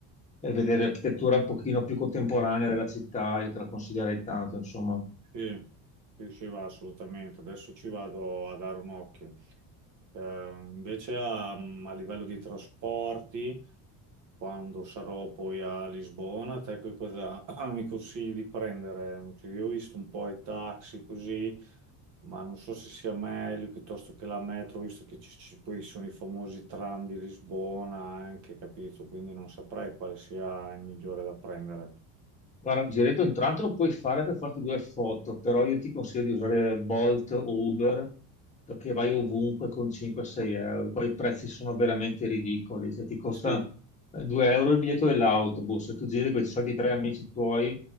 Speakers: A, on the left (about 15°); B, on the right (about 45°).
A: eh, vedere architettura un pochino più contemporanea della città, io te la consiglierei tanto, insomma.
B: Sì, sì, sì, va assolutamente. Adesso ci vado a dare un occhio. Eh, invece a, a livello di trasporti, quando sarò poi a Lisbona, te che cosa <clears throat> mi consigli di prendere? Cioè, io ho visto un po' i taxi così, ma non so se sia meglio piuttosto che la metro, visto che ci- ci- poi sono i famosi tram di Lisbona anche, capito? Quindi non saprei quale sia il migliore da prendere.
A: Guarda, un giretto intanto lo puoi fare per farti due foto, però io ti consiglio di usare Bolt o Uber perché vai ovunque con 5-6 euro. Qua i prezzi sono veramente ridicoli, cioè ti costa
B: Sì,
A: eh, 2 euro il biglietto dell'autobus, se tu giri con i soliti tre amici tuoi,